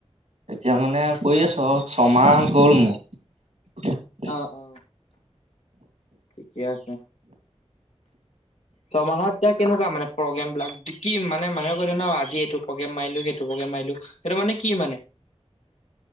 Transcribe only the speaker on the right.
এতিয়া মানে কৰি আছো আৰু ছমাহ হ'ল মোৰ।